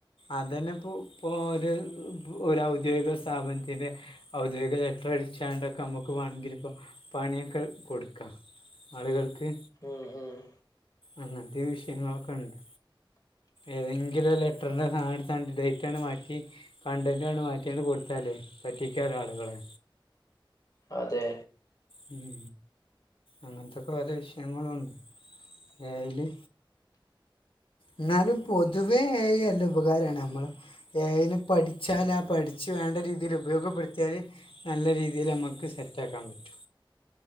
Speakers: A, on the left (about 80°); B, on the left (about 45°).
A: അതന്നെപ്പോ ഇപ്പോഓര് ഒരു ഔദ്യോഗിക സ്ഥാപനത്തിന്റെ ഔദ്യോഗിക ലെറ്റർ അടിച്ചണ്ടൊക്കെ നമ്മുക്ക് വേണങ്കില് ഇപ്പോ പണിയൊക്കെ കൊട്ക്കാ ആളുകൾക്ക്
B: ഉം ഉം
A: അങ്ങത്തെ വിഷയങ്ങളൊക്കെണ്ട് ഏതെങ്കിലും ഒരു ലെറ്ററിൻ്റെ സാധനം എടുത്താണ്ട് ഡേറ്റ് അങ്ങട് മാറ്റി കൺണ്ടെന്റണ് മാറ്റിയാണ് കൊടുത്താലേ പറ്റിക്കാല്ലോ ആളുകളെ
B: അതെ
A: മ് അങ്ങനത്തൊക്കെ ഓരോ വിഷയങ്ങളുണ്ട് എ ഐ ല്ല് ന്നാലും പൊതുവേ എ ഐ നല്ല ഉപകാരാണ് നമ്മള് എ ഐ നെപഠിച്ചാല ആ പഠിച്ച് വേണ്ട രീതിയിൽ ഉപയോഗപ്പെടുത്തിയാല് നല്ല രീതിയില് അമ്മക്ക് സെറ്റ ആക്കാൻ പറ്റും